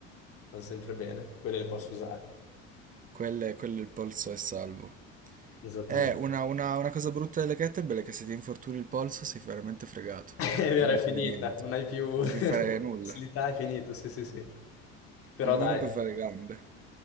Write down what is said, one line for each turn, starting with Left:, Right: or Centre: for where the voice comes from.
Left: vanno sempre bene, quelle le posso usare.
Right: Quelle- quello il polso è salvo.
Left: Esattamente.
Right: Eh, una, una- una cosa brutta delle kettlebell è che se ti infortuni il polso sei veramente fregato.
Left: <laughs> È
Right: Non
Left: vero,
Right: puoi più
Left: è finita,
Right: fare niente.
Left: non hai più
Right: Non puoi
Left: <laughs>
Right: più fare nulla.
Left: facilità, è finito, sì, sì, sì. Però
Right: Almeno
Left: dai,
Right: puoi fare gambe.